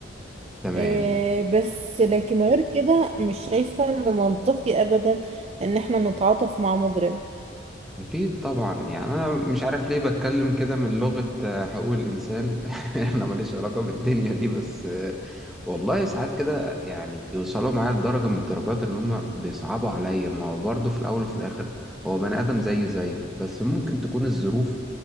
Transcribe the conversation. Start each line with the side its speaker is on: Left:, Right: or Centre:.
Centre: تمام
Right: إيه بس لكن غير كده مش شايفة ان منطقي ابدا ان احنا نتعاطف مع مجرم
Centre: اكيد طبعا يعني انا مش عارف ليه بتكلم كده من لغة آه، حقوق الانسان <laughs> انا ماليش علاقة بالدنيا دي بس آه، والله ساعات كده يعني بيوصلوا معايا لدرجة من الدرجات ان هم بيصعبوا عليا ما هو برضه في الاول وفي الاخر هو بني ادم زي زيه بس ممكن تكون الظروف